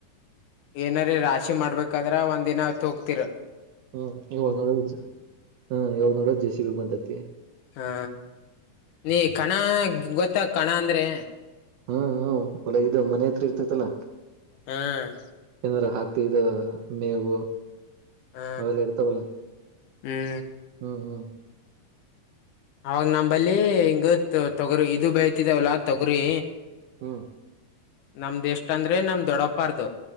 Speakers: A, on the left; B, on the right.
A: ಏನಾರ ರಾಶಿ ಮಾಡ್ಬೇಕಾದ್ರ ಒಂದ್ ದಿನತ್ ಹೋಗತಿರ
B: ಹ್ಮ್ ಇವಾಗ್ ನೋಡೋ ಹ್ಮ್ ಯಾವಾಗ್ ನೋಡೋ ಜೆ ಸಿ ಬಿ ಬಂದತಿ
A: ಹಾ ನೀ ಕಣ ಗೊತ್ತ ಕಣ ಅಂದ್ರೆ
B: ಹ್ಮ್ ಹ್ಮ ಒಲ ಇದು ಮನೆ ಹತ್ರ ಇರ್ತೇತಲ್ಲಾ
A: ಹ್ಮ್
B: ಏನಾರ ಹಾಕ್ತಿ ಇದು ಮೇವು
A: ಹಾ
B: ಅವೆಲ್ಲ ಇರ್ತಾವಲ್ಲ
A: ಹ್ಮ್
B: ಹ್ಮ್ ಹ್ಮ್
A: ಅವಾಗ ನಮಂಬಲ್ಲಿ ಹಿಂಗ ತೊಗರಿ ಇದು ಬೆಳತಿದವಲ್ಲ ತೊಗರಿ
B: ಹ್ಮ್
A: ನಮ್ದ್ ಎಷ್ಟ ಅಂದ್ರೆ ನಮ್ ದೊಡ್ಡಪ್ಪಾರದುು